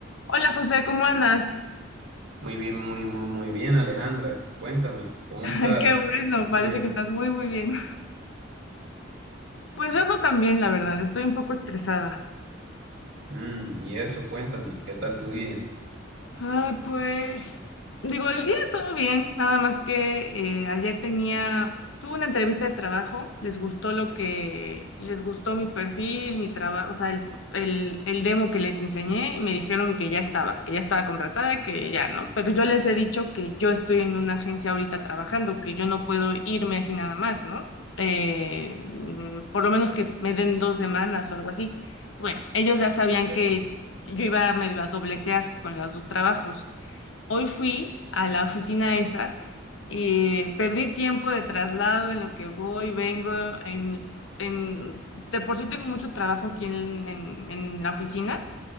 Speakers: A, on the left (about 85°); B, on the right (about 70°).
A: Hola José, ¿cómo andas?
B: Muy bien, muy, muy, muy bien, Alejandra. Cuéntame, ¿cómo
A: <laughs>
B: estás?
A: Qué bueno,
B: ¿Qué tal tu
A: parece
B: día?
A: que estás muy, muy bien. Pues yo ando también, la verdad, estoy un poco estresada.
B: Mm, y eso, cuéntame, ¿qué tal tu día?
A: Ah, pues digo, el día todo bien, nada más que eh, ayer tenía, tuve una entrevista de trabajo, les gustó lo que, les gustó mi perfil, mi trabajo, o sea, el, el, el demo que les enseñé y me dijeron que ya estaba, que ya estaba contratada, que ya, ¿no? Pero yo les he dicho que yo estoy en una agencia ahorita trabajando, que yo no puedo irme así nada más, ¿no? Eh, mm, por lo menos que me den dos semanas o algo así. Bueno, ellos ya sabían
B: Ok.
A: que yo iba medio a dobletear con los dos trabajos. Hoy fui a la oficina esa y perdí tiempo de traslado en lo que voy, vengo, en, en, de por sí tengo mucho trabajo aquí en, en, en la oficina